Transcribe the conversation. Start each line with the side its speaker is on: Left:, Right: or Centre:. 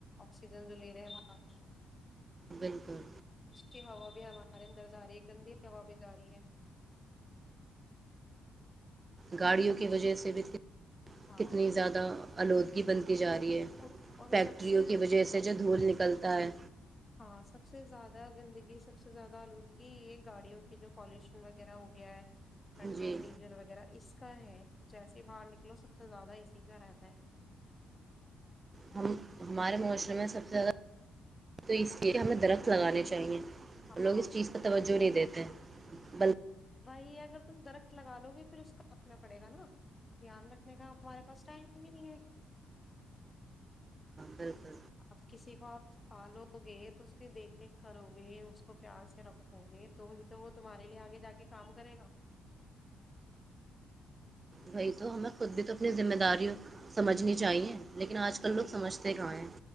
Left: آکسیجن جو لے رہے ہیں وہاں
Right: بلکل
Left: اچھی ہوا بھی ہمارے اندر جا رہی ہے گندی ہوا بھی جا رہی ہے
Right: گاڑیوں کی وجہ سے بھی تھی
Left: ہاں
Right: کتنی زیادہ آلودگ بنتی جا رہی ہے
Left: اور اور
Right: فیکٹریوں
Left: سب سے
Right: کی وجہ سے جو دھول نکلتا ہے
Left: ہاں سب سے زیادہ گندگی سب سے زیادہ آلودگی یہ گاڑیوں کی جو پالوشن وغیرہ ہو گیا ہے پیٹرول
Right: جی
Left: ڈیزل وغیرہ اس کا ہے جیسے باہر نکلو سب سے زیادہ اسی کا رہتا ہے
Right: ہم ہمارے معاشرم میں سب سے زیادہ تو اس لیے ہمیں درخت لگانے چاہیے لوگ
Left: ہاں
Right: اس چیز پر توجہ جی <unintelligible> بلک <unintelligible>
Left: بی اگر تم درخت لگا لو گے پھر اس کانا پڑے گا نا دھیان رکھنے کا ہمارے پاس ٹائم ہی نہیں ہے
Right: ب <unintelligible>
Left: اپ کسی کو آپ پالو گے تو اس کی دیکھ ریکھ کرو گے اس کو پیار سے رکھو گے تو ہی تو وہ تمہارے لیے آگے جا کے کام کرے گا
Right: بھائی تو ہمیں <unintelligible> خود بھی تو اپنی
Left: ہاں
Right: ذمہ داریوں سمجھنی چاہیے لیکن آج کل
Left: جی
Right: لوگ سمجھتے کہاں ہیں